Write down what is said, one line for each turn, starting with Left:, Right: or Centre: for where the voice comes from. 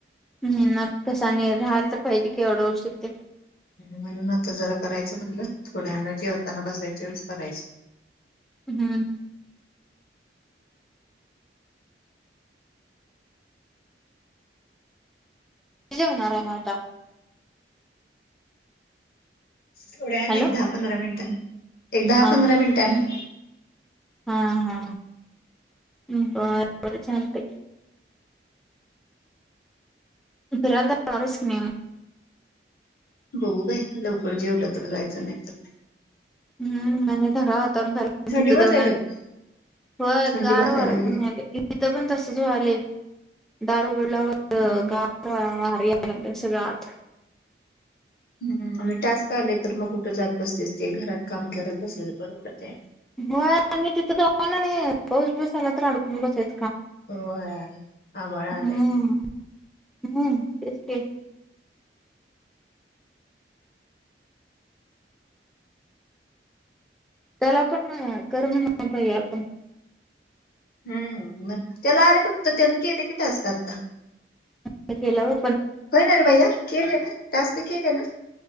Centre: ह नेणार कस आणि राहिला तर पाहिजे की एवढा उशीर ते
Left: म्हणून आता जरा करायच म्हणलं थोड्यावेळाने जेवताना बसायच्या वेळेस करायच
Centre: हम्म कधी जेवणार आहे म आता
Left: थोड्यावेळाने
Centre: हॅलो
Left: एक दहा पंधरा मिनिटात एक दहा
Centre: हा
Left: पंधरा मिनटांने
Centre: हा हा बर बर झाल ते कुठे फिरायला जाणार आहेस का नाही म
Left: बघू बाई लवकर जेवल तर जायच नाही तर नाही
Centre: हम्म मैने ठरावत
Left: थंडी
Centre: तिथे
Left: वाजायला
Centre: जाऊन आणि
Left: लागली
Centre: होय
Left: थंडी
Centre: गार
Left: वाजायला
Centre: वार
Left: लागली
Centre: पण यायले इथं पण तसच व्हायलय दार उघड पुलावर
Left: हम्म
Centre: गार वार यायले घेतलय सगळ आत
Left: म्हणजे टास्क आले तर मग कुठे जात बसतीस ते घरात काम करत बसलेल परवडतय
Centre: हो आणि तिथं जाऊन आणि पाऊस ब्युस आला तर अडकून बसायच
Left: होय आभाळ आलय
Centre: हम्म हम्म तेच ते त्याला पण कर म्हणाव भैय्यापण
Left: हम्म म त्याला आलेत वाटत त्यांने केले की टास्क आत्ता
Centre: त्याने केला होय
Left: होय ना रे भैया केले ना टास्क केले ना